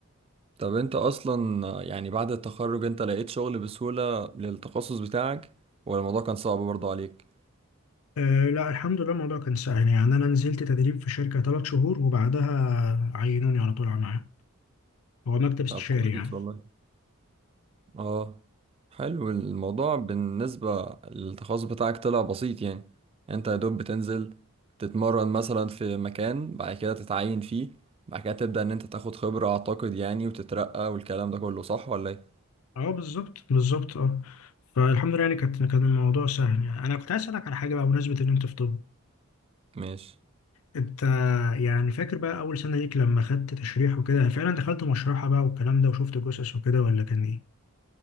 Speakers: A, on the right; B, on the left.
A: طب انت اصلا آه، يعني بعد التخرج انت لقيت شغل بسهولة للتخصص بتاعك ولا الموضوع كان صعب برضه عليك
B: آه لا الحمد لله الموضوع كان سهل يعني أنا نزلت تدريب في شركة ثلاث شهور وبعدها عينوني على طول على معاهم هو مكتب استشاري
A: طب كويس
B: يعني
A: والله اه حلو الموضوع بالنسبة للتخصص بتاعك طلع بسيط يعني يعني انت يا دوب بتنزل تتمرن مثلا في مكان بعد كده تتعين فيه بعد كده تبدأ ان انت تاخد خبرة اعتقد يعني وتترقى والكلام ده كله صح ولا ايه؟
B: اه بالظبط بالظبط اه فالحمد لله يعني كانت كان الموضوع سهل يعني انا كنت عايز اسالك على حاجه بقى بمناسبه ان انت في طب
A: ماشي
B: انت يعني فاكر بقى اول سنه ليك لما خدت تشريح وكده فعلا دخلت مشرحه بقى والكلام ده وشفت جثث وكده ولا كان ايه